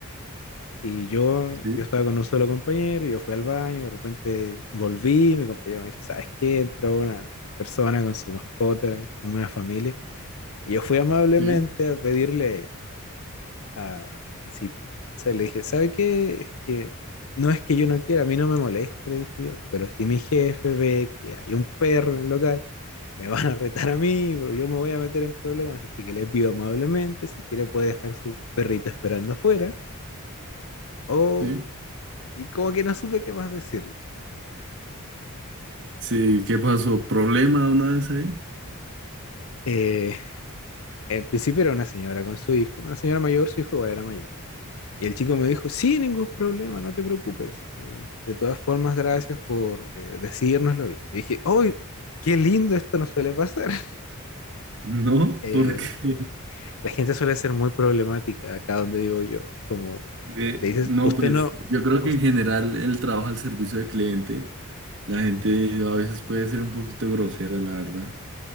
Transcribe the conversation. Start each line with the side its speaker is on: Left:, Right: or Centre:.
Left: Y yo,
Right: sí,
Left: yo estaba con un solo compañero, yo fui al baño, de repente volví, mi compañero me dice, ¿sabes qué? Entró una persona con su mascota, eran una familia. Y yo fui amablemente
Right: sí,
Left: a pedirle a- así. O sea, le dije, ¿sabe qué? Es que no es que yo no quiera, a mí no me molesta, le dije yo, pero si mi jefe ve que hay un perro en el local, me van a retar a mí, pero yo me voy a meter en problemas, así que le pido amablemente, si quiere puede dejar su perrito esperando afuera, o...
Right: sí.
Left: Y como que no supe qué más decirle.
Right: Sí, ¿qué pasó? ¿Problema una vez ahí? <laughs>
Left: Eh, al principio era una señora con su hijo, una señora mayor, su hijo igual era mayor. Y el chico me dijo, sí, ningún problema, no te preocupes. Y, de todas formas, gracias por eh, decírnoslo bien. Yo dije, ¡ay, qué lindo! Esto no suele pasar. <laughs>
Right: No,
Left: Eh,
Right: porque
Left: la gente suele ser muy problemática acá donde vivo yo. Como
Right: eh,
Left: le dices,
Right: no,
Left: usted
Right: pues
Left: no,
Right: yo creo
Left: us-
Right: que en general el trabajo al servicio del cliente, la gente a veces puede ser un poquito grosera, la verdad.